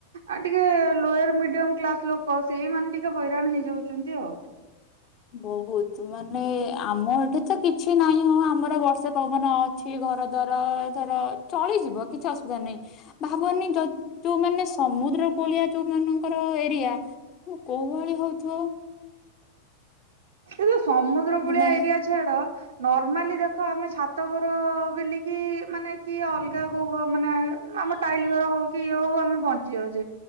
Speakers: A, on the right; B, on the left.
A: ଆଁ ଟିକେ ଲୋୟର ମିଡିଅମ୍ କ୍ଲାସ ଲୋକ ସେଇମାନେ ଟିକେ ହଇରାଣ ହେଇଯାଉଛନ୍ତି ଆଉ।
B: ବହୁତ ମାନେ ଆମ ଏଠି ତ କିଛି ନାହିଁ ହଁ ଆମର ବର୍ଷା ପବନ ଅଛି ଘରଦ୍ୱାର ଧର ଚଳିଯିବ କିଛି ଅସୁବିଧା ନାହିଁ। ଭାବନି ଯ ଯୋଉମାନେ ସମୁଦ୍ର କୂଳିଆ ଯୋଉ ମାନଙ୍କର ଏରିଆ <unintelligible> କୋଉ ଭଳି ହଉଥିବ।
A: ଏ ଯୋଉ ସମୁଦ୍ର କୂଳିଆ
B: ମାନେ
A: ଏରିଆ ଛାଡ ନର୍ମାଲି ଦେଖ ଆମେ ଛାତଘର ବିଲିକି ମାନେ କିଏ ଅଲଗା କୋଉ ଘ ମାନେ ଅଁ ଆମ ଟାଇଲ ଘର ହଉ କି ଇଏ ହଉ ଆମେ ବଞ୍ଚି ଯାଉଛେ।